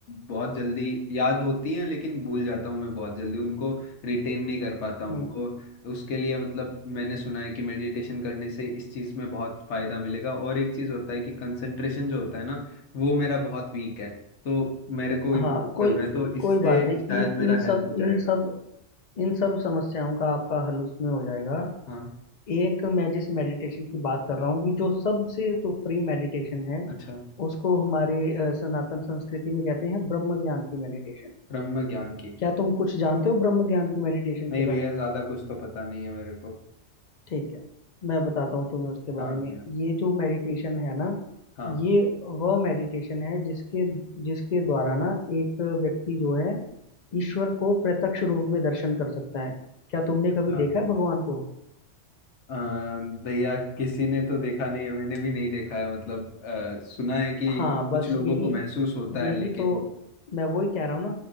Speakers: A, on the left (about 80°); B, on the left (about 45°).
A: बहुत जल्दी याद होती हैं लेकिन भूल जाता हूँ मैं बहुत जल्दी उनको रिटेन नहीं कर पाता हूँ
B: हम्म,
A: तो उसके लिए मतलब मैंने सुना है कि मेडिटेशन करने से इस चीज़ में बहुत फ़ायदा मिलेगा और एक चीज़ होता है कि कंसंट्रेशन जो होता है ना वो मेरा बहुत वीक है तो मेरे को
B: हाँ कोई
A: करना है तो इससे
B: कोई बात नहीं
A: शायद
B: इन
A: मेरा
B: इन
A: हेल्प
B: सब
A: हो
B: इन
A: जाएगा
B: सब इन सब समस्याओं का आपका हल उसमें हो जाएगा
A: हाँ
B: एक मैं जिस मेडिटेशन की बात कर रहा हूँ कि जो सबसे सुप्रीम मेडिटेशन है
A: अच्छा
B: उसको हमारी अ, सनातन संस्कृति में कहते हैं ब्रह्म ज्ञान की मेडिटेशन
A: ब्रह्म ज्ञान की
B: क्या तुम कुछ जानते हो ब्रह्म ज्ञान की मेडिटेशन
A: नहीं
B: के
A: भैया
B: बारे में
A: ज्यादा कुछ तो पता नहीं है मेरे को
B: ठीक है मैं बताता हूँ तुम्हें उसके बारे
A: हाँ
B: में
A: भैया
B: ये जो मेडिटेशन है ना
A: हाँ
B: ये वह मेडिटेशन है जिसके जिसके द्वारा ना एक व्यक्ति जो है ईश्वर को प्रत्यक्ष रूप में दर्शन कर सकता है क्या तुमने
A: अच्छा
B: कभी देखा है भगवान को
A: अ, भैया किसी ने तो देखा नहीं है मैंने भी नहीं देखा है मतलब अ, सुना है कि
B: हाँ बस
A: कुछ लोगों
B: यही
A: को महसूस होता
B: यही
A: है लेकिन
B: तो मैं वही कह रहा हूँ ना